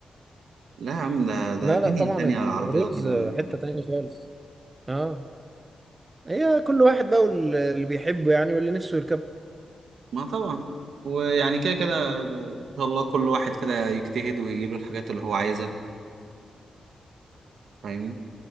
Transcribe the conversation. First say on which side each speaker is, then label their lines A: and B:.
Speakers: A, on the right; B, on the right.
A: لا يا عم ده ده
B: لا
A: دنيا
B: لا طبعا
A: تانية
B: الرولز
A: العربيات دي بأمان
B: حتة تانية خالص اه هي كل واحد بقى واللي بيحبه يعني واللي نفسه يركبه
A: ما طبعا ويعني كده كده إن شاء الله كل واحد كده يجتهد ويجيله الحاجات اللي هو عايزها فاهمني